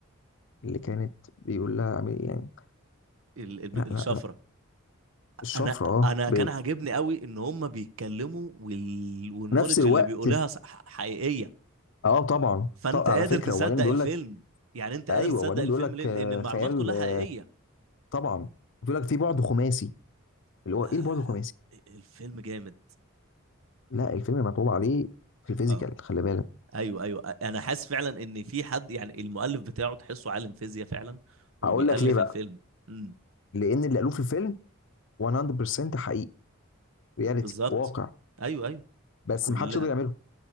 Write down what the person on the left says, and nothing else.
اللي كانت بيقول لها اعملي إيه يعني
لا
لا لا الشفره
اه
ب-
بنفس الوقت
اه طبعا
ط- على
فكره
وبعدين بيقول
لك
ايوه
وبعدين
بيقول لك
آه
خيال
آه
طبعا بيقول لك في بعد خماسي اللي هو
ايه البعد الخماسي؟
لا الفيلم مطلوب عليه في الفيزيكال
خلي بالك
هقول لك ليه بقى
لان اللي قالوه في الفيلم 100% حقيقي رياليتي
واقع
بس
محدش يقدر يعمله